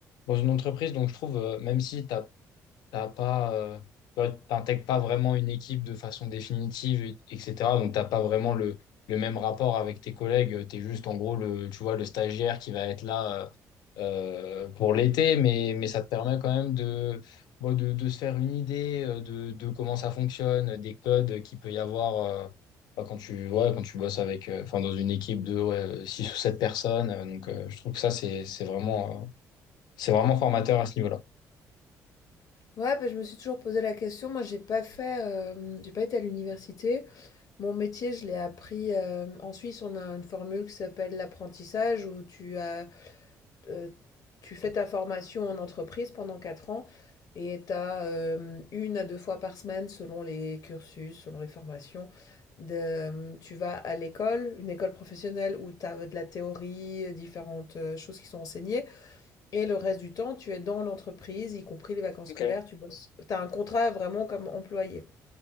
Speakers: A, on the left; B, on the left.
A: dans une entreprise. Donc je trouve, euh, même si tu t'as pas, euh, ouais, t'intègres pas vraiment une équipe de façon définitive, et- etc. Donc, t'as pas vraiment le, le même rapport avec tes collègues. Euh, t'es juste, en gros, le, tu vois, le stagiaire qui va être là euh, euh, pour l'été, mais, mais ça te permet quand même de, bon, de, de se faire une idée euh, de, de comment ça fonctionne, des codes qu'il peut y avoir euh, bah, quand tu, ouais, quand tu bosses avec, euh, enfin, dans une équipe de ouais, 6 ou 7 personnes. Euh, Donc, euh, je trouve que ça, c'est, c'est vraiment, euh, c'est vraiment formateur à ce niveau-là.
B: Ouais, bah, je me suis toujours posé la question. Moi, j'ai pas fait, euh, j'ai pas été à l'université. Mon métier, je l'ai appris. euh, en Suisse, on a une formule qui s'appelle l'apprentissage où tu as, euh, tu fais ta formation en entreprise pendant quatre ans et tu as une à deux fois par semaine, selon les cursus, selon les formations. de- euh, tu vas à l'école, une école professionnelle où tu as de la théorie, différentes euh, choses qui sont enseignées. Et le reste du temps, tu es dans l'entreprise, y compris les vacances
A: Ok.
B: scolaires, tu Mmh. bosses. Tu as un contrat vraiment comme employé.